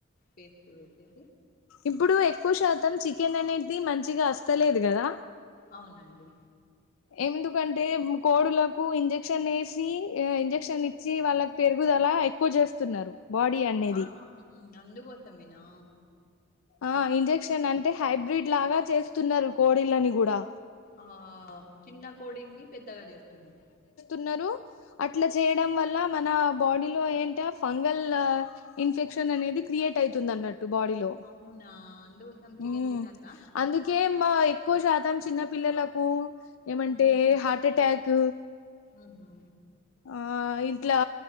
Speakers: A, on the left (about 45°); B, on the left (about 75°).
A: చేస్తవ్ అయితే
B: ఇప్పుడు ఎక్కువ శాతం చికెన్ అనేది మంచిగా వస్తలేదు కదా
A: అవునండి
B: ఎందుకంటే కోడులకు ఇంజెక్షన్ ఎసి ఇంజెక్షన్ ఇచ్చి వాళ్ళకి పెరుగుదల అలా ఎక్కువ చేస్తున్నారు బాడీ అనేది
A: ఆ హ్మ్ అందుకోసమేనా
B: ఆ ఇంజెక్షన్ అంటే హైబ్రిడ్ లాగా చేస్తున్నారు కోడిళ్లని కూడా
A: ఆ చిన్న కోడిని పెద్దగా చేస్తుంది
B: న్నారు అట్లా చేయడం వల్ల మన బాడీలో ఏంటే ఫంగల్ ఇన్ఫెక్షన్ అనేది క్రియేట్ అవుతుంది అన్నట్ బాడిలో
A: అవునా అందుకోసం చికెన్
B: ఉ
A: తినద్దా
B: అందుకే మా ఎక్కువ శాతం చిన్న పిల్లలకు ఏమంటే
A: హ్మ్
B: హార్ట్ అటాక్
A: ఉహు
B: ఆ ఇంట్ల